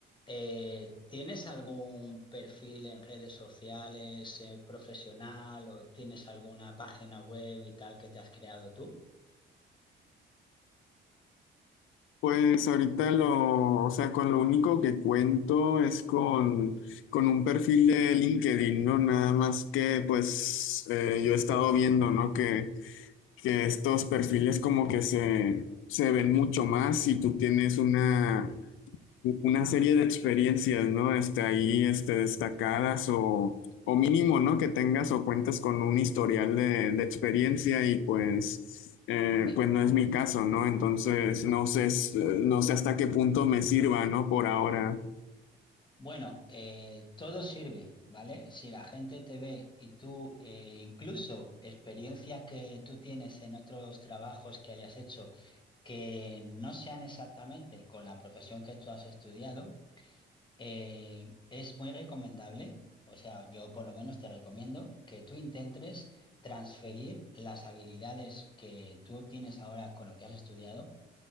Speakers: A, on the left; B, on the left.
A: eh, tienes algún perfil en redes sociales, eh, profesional, o tienes alguna página web y tal que te has creado tú?
B: pues ahorita lo, o sea, con lo único que cuento es con, con un perfil de LinkedIn, ¿no? Nada más que, pues, eh, yo he estado viendo, ¿no? Que, que estos perfiles como que se, se ven mucho más si tú tienes una Una serie de experiencias, ¿no? Este, ahí, este, destacadas o, o mínimo, ¿no? Que tengas o cuentes con un historial de, de experiencia y pues, eh,
A: Eh,
B: pues no es mi caso, ¿no? Entonces, no sé, s- no sé hasta qué punto me sirva, ¿no? Por ahora.
A: Bueno, eh, todo sirve, ¿vale? Si la gente te ve y tú, eh, incluso experiencia que tú tienes en otros trabajos que hayas hecho, que no sean exactamente con la profesión que tú has estudiado, eh, es muy recomendable, o sea, yo por lo menos te recomiendo que tú intentes transferir las habilidades que tú tienes ahora con lo que has estudiado,